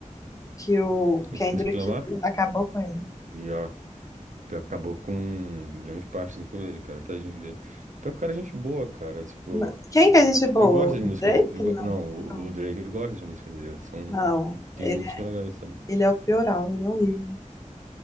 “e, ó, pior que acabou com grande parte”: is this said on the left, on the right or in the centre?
Right